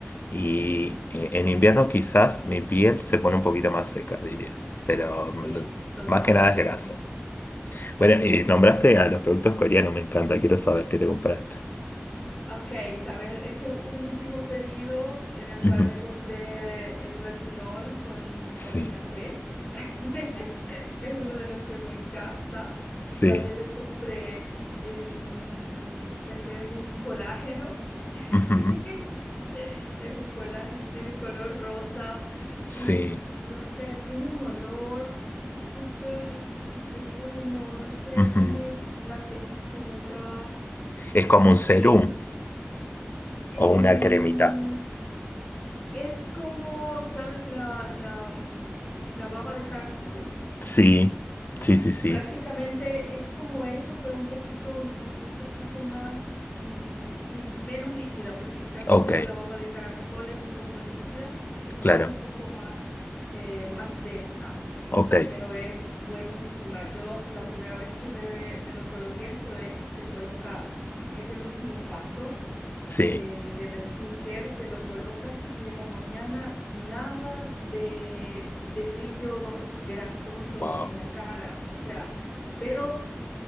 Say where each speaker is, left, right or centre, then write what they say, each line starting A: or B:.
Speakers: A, on the left; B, on the left.
A: Y eh, en invierno quizás mi piel se pone un poquito más seca, diría, pero mm,
B: Sí, total.
A: más que nada es grasa.
B: Ujú.
A: Bueno, y nombraste a los productos coreanos, me encanta, quiero saber qué te compraste.
B: Ok, ¿sabes? Hice un último pedido en el
A: Ujú,
B: cual me compré el retinol con vitamina
A: <laughs> Sí.
B: C. <laughs> Es uno de los que me encanta.
A: Sí,
B: También me compré em, este que es un colágeno. <laughs>
A: ujú,
B: Es un colágeno, tiene un color rosa y
A: sí,
B: no sé, tiene un olor súper, súper bueno. No sé,
A: ujú.
B: tiene la textura.
A: Es
B: Y,
A: como un serum
B: y, eh,
A: o
B: mm,
A: una cremita.
B: es como, ¿sabes? La, la, mm, la baba de caracol.
A: Sí, sí, sí, sí.
B: Prácticamente es como eso, pero un poquito, un poquito más, mm, mm, menos líquida, porque casi
A: Ok,
B: siempre la baba de caracol es un poco líquida. Esta
A: claro,
B: es un poco más, eh, más densa.
A: ok,
B: pero es buenísima. Yo la primera vez que me, me lo coloqué, esto es- se coloca, es el último paso
A: sí.
B: eh, de la skincare, te lo colocas y en la mañana nada de, de brillo grasoso
A: Wow,
B: en la cara, o sea, pero